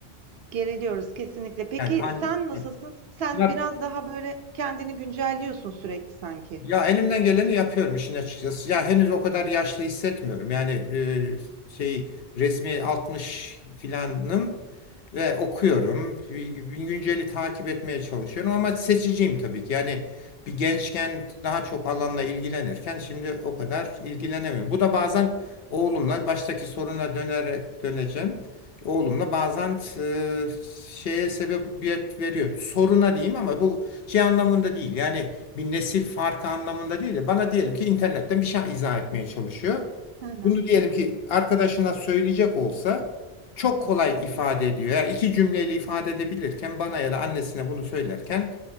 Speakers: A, on the right; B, on the left.
A: Geriliyoruz kesinlikle. Peki
B: Yani an,
A: sen nasılsın? Sen
B: ya
A: biraz daha, böyle, kendini güncelliyorsun sürekli sanki.
B: Ya elimden geleni yapıyorum işin açıkçası. Ya henüz o kadar yaşlı hissetmiyorum. Yani e, şey resmi 60 filanım ve okuyorum. Bir- bir Günceli takip etmeye çalışıyorum ama seçiciyim tabii ki. Yani bir gençken daha çok alanla ilgilenirken şimdi o kadar ilgilenemiyorum. Bu da bazen oğlumla baştaki soruna dönerek döneceğim. Oğlumla bazen e, şeye sebebiyet veriyor. Soruna diyeyim ama bu şey anlamında değil. Yani bir nesil farkı anlamında değil de bana diyelim ki internetten bir şey izah etmeye çalışıyor.
A: Hı hı.
B: Bunu diyelim ki arkadaşına söyleyecek olsa çok kolay ifade ediyor. Yani iki cümleyle ifade edebilirken bana ya da annesine bunu söylerken